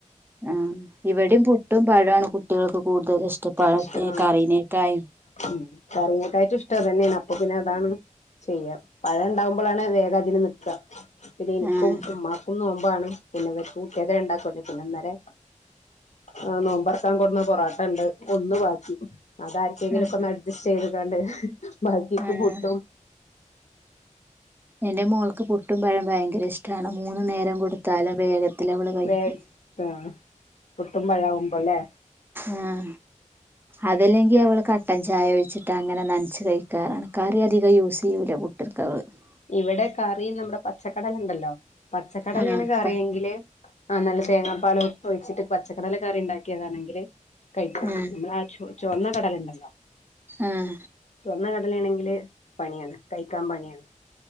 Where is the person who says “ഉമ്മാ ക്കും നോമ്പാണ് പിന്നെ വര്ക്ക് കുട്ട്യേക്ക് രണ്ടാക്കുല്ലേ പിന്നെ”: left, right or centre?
Left